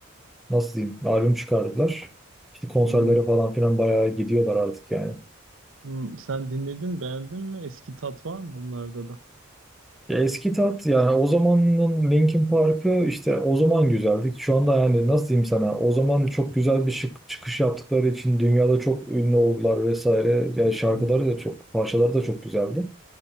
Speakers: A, in the centre; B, on the right.
A: nasıl diyeyim? Albüm çıkardılar. İşte konserlere
B: Hmm.
A: falan filan bayağı gidiyorlar artık yani.
B: Hmm. Sen dinledin, beğendin mi? Eski tat var mı onlarda da?
A: Ya eski tat yani o zamanın Linkin Park'ı işte o zaman güzeldi. Şu anda yani nasıl diyeyim sana? O zaman çok güzel bir şık, çıkış yaptıkları için dünyada çok ünlü oldular vesaire. Yani şarkıları
B: Hı hı.
A: da çok, parçaları da çok güzeldi.